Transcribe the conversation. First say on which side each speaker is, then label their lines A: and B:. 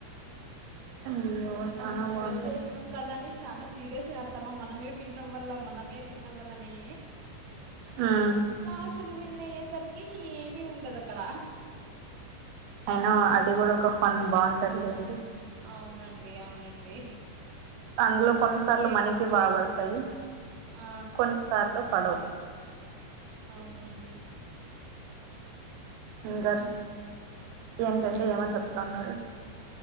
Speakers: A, on the right; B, on the right.
A: అయ్యో చానా
B: మనం
A: బాగుంటది
B: బెట్ వేసినాం కదాని చాలా సీరియస్ ఆడతామా మనమే విన్నవ్వల్ల మనమే విన్నవల్లని
A: ఉమ్
B: లాస్ట్కు విన్ విన్ అయ్యేసరికి ఏమి ఉండదు అక్కడ
A: అయినా అది కూడా ఒక ఫన్ బాగుంటదిలేండి
B: అవునండి అవునండి
A: అందులో కొన్నిసార్లు
B: ఏ
A: మనకి బాపడతాయి
B: ఆ,
A: కొన్నిసార్లు పడవు
B: అవునండి
A: ఇంకా ఏంటండి ఏమో చెప్తాన్నారు